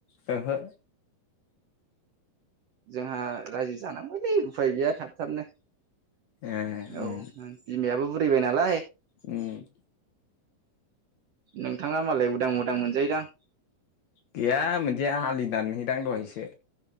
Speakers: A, on the left; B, on the right.
A: ओहो
B: जोंहा रायजो जानांगबायलै उफाय गैया थाब थाबनो
A: ए उम
B: औ बिमायाबो बुरिबाय नालाय
A: ओम
B: नोंथाङा मालाय उदां उदां मोनजायोदां
A: गैया मोनदिया हालि दानहैदां दहायसो